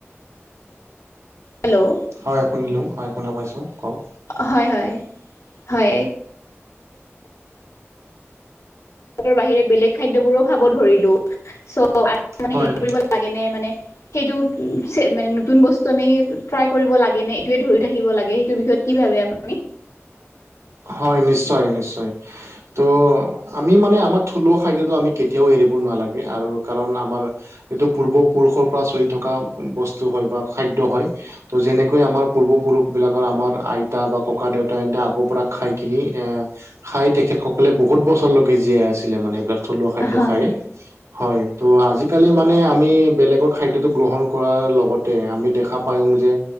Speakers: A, on the left (about 90°); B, on the right (about 85°).
A: হেল্ল'
B: হয় শুনিলো হয় শুনা পাইছো কওক
A: হয় হয় হয় বাহিৰে বেলেগ খাদ্য বোৰো খাব ধৰিলো চ' আৰু মানে
B: হয়
A: হেৰি কৰিব লাগে নে মানে সেইটোত মানে নতুন বস্তু আমি ট্ৰাই কৰিব লাগে নে এইটোৱে ধৰি থাকিব লাগে সেইটোৰ বিষয়ত কি ভাবে আপুনি
B: হয় নিশ্চয় নিশ্চয় ত' আমি মানে আমাৰ থলুৱা খাদ্যটো আমি কেতিয়াও এৰিব নালাগে আৰু কাৰণ আমাৰ এইটো পূৰ্বপুৰুষৰ পৰা চলি থকা বস্তু হয় বা খাদ্য হয় ত' যেনেকৈ আমাৰ পূৰ্বপুৰুষ বিলাকৰ আমাৰ আইতা বা ককাদেউতা ইহঁতে আগৰ পৰা খাই কিনি এ খাই তেখেতসকলে বহুত বছৰলৈকে জীয়াই আছিলে মানে এইবিলাক থলুৱা খাদ্য
A: হয়
B: খায়ে হয় ত' আজি আজিকালি মানে আমি বেলেগৰ খাদ্যটো গ্ৰহণ কৰাৰ লগত -তে আমি দেখা পাও যে